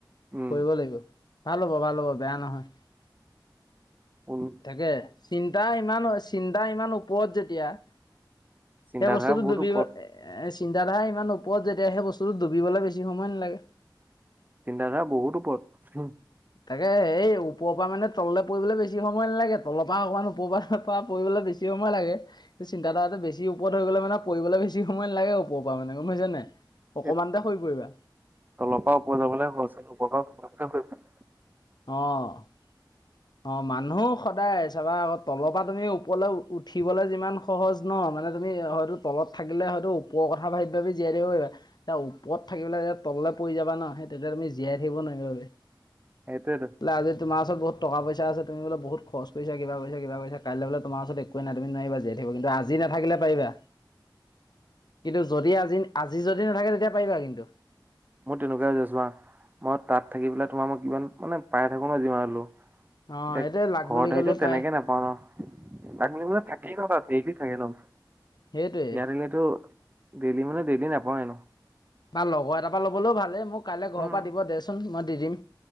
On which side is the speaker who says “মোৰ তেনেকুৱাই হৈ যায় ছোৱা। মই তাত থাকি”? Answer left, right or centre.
Right